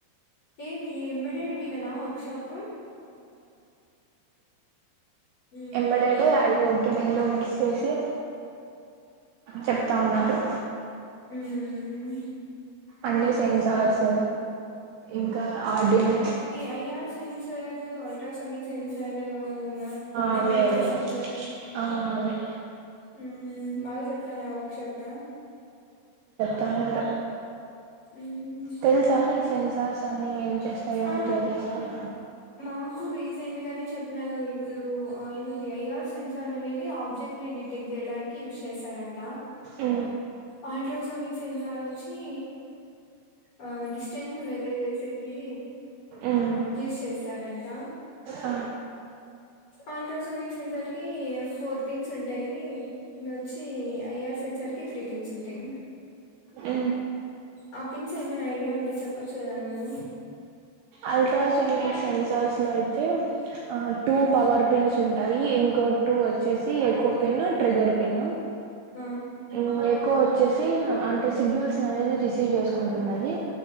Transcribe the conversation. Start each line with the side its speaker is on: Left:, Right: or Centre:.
Left: ఏేది ఎమ్మె మీదనా వర్క్ షాప్ ఉమ్
Right: అంబాడడ్ ఐ వాడి నెట్ చేసి చెప్తా ఉన్నారు
Left: హమ్
Right: అన్నీ సేమ్ సేమ్ చార్స్ ఇంకా ఆడినో
Left: అయ్యా సెన్సారు అల్ట్రాసోనిక్ సెన్సర్ ఉ ఆ టెంపరేచర్
Right: అవే అవే
Left: సెన్సర్
Right: ఆ అవే
Left: యూ బాగా చెప్తున్నాడు వర్క్ షాప్
Right: తాన్నాడు
Left: ఉమ్
Right: తెలుసా నీకి సెన్సర్స్ ఆ ఇంకేం చి చేస్తాయో
Left: ఆ
Right: ఎట్లా చేస్తాయి
Left: మాకు ఏంది కానీ చెప్పినారు ఇప్పుడు ఆయనది ఐఆర్ సెన్సర్ అనేవి ఆబ్జెక్ట్ ని డిటెక్ట్ చేయడానికి యూజ్ చేస్తారంట
Right: ఆ
Left: అల్ట్రాసోనిక్ సెన్సర్ వచ్ కి ఆ డిస్టెన్స్ ని మెజర్ చేసేకి
Right: ఉమ్
Left: యూస్ చేస్తారంట
Right: ఆ
Left: అల్ట్రాసోనిక్ సెన్సార్ కి ఫోర్ పిన్స్ ఉంటాయి ను వచ్చి అయ్యర్ సెన్సార్ కి త్రీ పిన్స్ ఉంటాయి
Right: అ
Left: ఆ పిన్స్ ఏమైనా ఐడియా ఉంటే చెప్పొచ్చు కదా నువ్వు
Right: అల్ట్రాసోనిక్ సెన్సార్స్ లో అయితే అ టూ
Left: ఉమ్
Right: పవర్ పిన్స్ ఉన్ ఉంటాయి ఇంకో టు వచ్చేసి ఎక్కువ పిన్ ట్రిగర్ పిన్ ఉ
Left: ఆ
Right: ఇన్ అక్కో చ్చేసి అ అంటే సిగ్నల్స్ అనేది తీస్ తీ చేసుకుంటున్నది